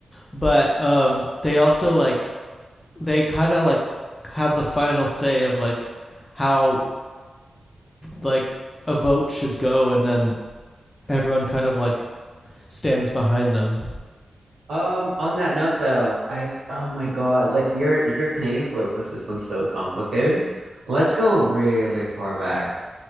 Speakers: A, on the left; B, on the right.
A: but um they also like they kind of like have the final say of like how like a vote should go and then everyone kind of like stands behind them
B: Um, on that note though, I oh my God, like your your Canadian political system's so complicated. Let's go really far back